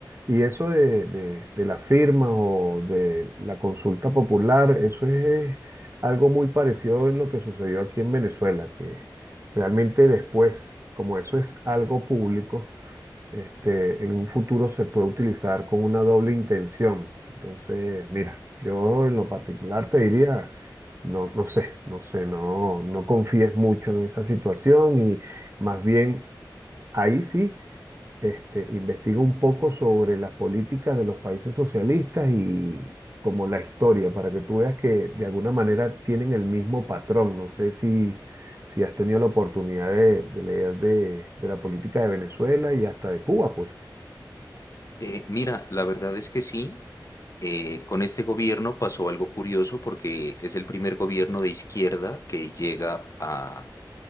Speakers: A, on the right (about 35°); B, on the left (about 45°).
A: Y eso de, de, de la firma o de la consulta popular, eso es algo muy parecido en lo que sucedió aquí en Venezuela, que realmente después, como eso es algo público, este, en un futuro se puede utilizar con una doble intención. Entonces, mira, yo en lo particular te diría, no, no sé, no sé, no, no confíes mucho en esa situación y más bien ahí sí, este, investiga un poco sobre las políticas de los países socialistas y como la historia, para que tú veas que de alguna manera tienen el mismo patrón. No sé si... Si has tenido la oportunidad de, de leer de, de la política de Venezuela y hasta de Cuba, pues.
B: Eh, mira, la verdad es que sí. Eh, con este gobierno pasó algo curioso porque es el primer gobierno de izquierda que llega a-